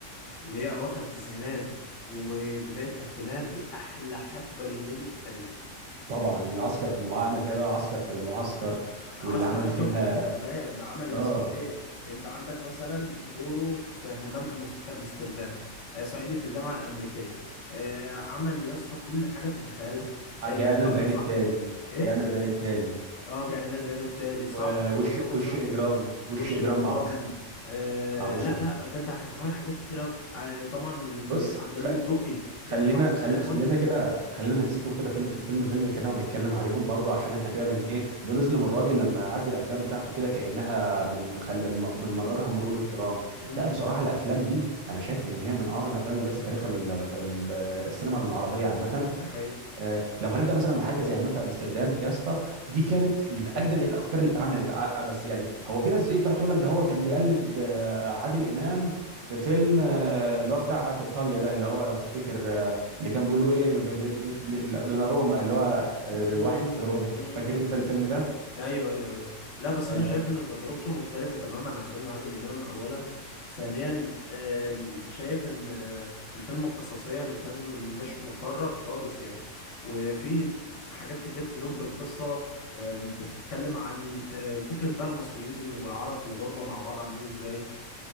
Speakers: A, on the left; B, on the right.
A: اللي هي اواخر تسعينات وبدايه الفينات دي احلى حقبه لهنيدي في التاريخ
B: طبعا العسكر في المعسكر عمل فيها بقى عسكر في المعسكر
A: عسكر
B: واللي عمل
A: ده
B: فيها
A: كان في الاخر كمان ده عمل يا
B: اه
A: اسطى ايه انت عندك مثلا دوره في همام أمس في امستردام آه، صعيدي في الجامعه الامريكيه آه، عمل يا اسطى كل حاجه تتخيلها آه،
B: جاءنا
A: صاحب
B: البيان
A: صاحبه
B: التالي
A: ايه
B: جاءنا البيان التالي
A: اه جاءنا البيان التالي صاحبه
B: و- وش
A: صاحب
B: وش
A: صاحبه
B: اجرام
A: وش
B: وش اجرام
A: جرام
B: مع بشرى
A: آه
B: مع بشرى
A: لا لا جدع كان عامل حاجات كتير قوي آه طبعا الم-
B: بص
A: العندليب
B: خ-
A: الدقي
B: خلينا
A: آه واحد
B: خل...
A: ايكونيك
B: خلينا كده خلينا نمسكهم كده فيلم فيلم فيلم كده ونتكلم عليهم برضو عشان احنا كده بن ايه بنظلم الراجل لما يعدي الافلام بتاعته كده كانها بن... خل... بن... بنمررها مرور الكرام
A: امم
B: لا بصراحه الافلام دي انا شايف ان هي من اعظم الافلام اللي جت في تاريخ ال... في ال- السينما العربيه عامه
A: ده حقيقة
B: آه، لو هنبدا مثلا بحاجه زي همام في امستردام يا اسطى دي كانت من اجدد الافكار اللي اتعملت ع- بس يعني هو في ناس ايه بتقعد تقول لك ده هو كان بيقلد آه، عادل امام في فيلم آه، اللي هو بتاع في ايطاليا ده اللي هو لو تفتكر آه، اللي كان بيقول له ايه في د- د- دوناروما اللي هو آه،
A: امم
B: واحد في روما
A: امم
B: فاكر انت الفيلم ده
A: ايوه ايوه ايوه لا بس
B: آه،
A: انا شايف ان تجربته مختلفة تماما عن فيلم عادل امام اولا ثانيا آم، شايف ان آه، الفيلم قصصيا كان مش مكرر خالص يعني وفي حاجات كتير في لب القصة آم، بتتكلم عن آه، فكرة بقى المصريين والعرب في الغربة مع بعض عاملين ازاي